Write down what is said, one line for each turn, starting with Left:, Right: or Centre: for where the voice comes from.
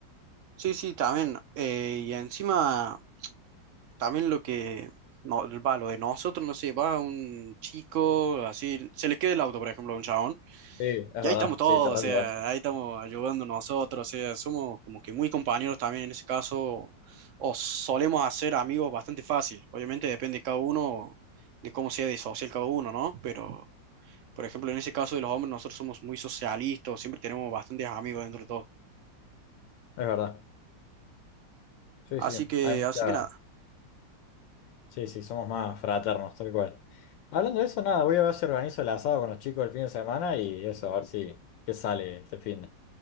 Right: Sí, sí, también. eh, y encima, también lo que no, va, lo de nosotros, no sé, va un chico, así, se le queda el auto, por ejemplo, a un chabón.
Left: sí, es
Right: Y
Left: verdad,
Right: ahí estamos todos,
Left: sí, te reayudas,
Right: o sea, ahí estamos ayudando nosotros, o sea, somos como que muy compañeros también en ese caso, o solemos hacer amigos bastante fácil. Obviamente depende de cada uno, de cómo sea de social cada uno, ¿no? Pero, por ejemplo, en ese caso de los hombres, nosotros somos muy socialistas, siempre tenemos bastantes amigos dentro de todo.
Left: es verdad, sí,
Right: Así
Left: sí,
Right: que,
Left: hay mucha,
Right: así que nada,
Left: sí, sí, somos más fraternos, tal cual. Hablando de eso, nada, voy a ver si organizo el asado con los chicos el fin de semana y eso, a ver si, qué sale este fin de.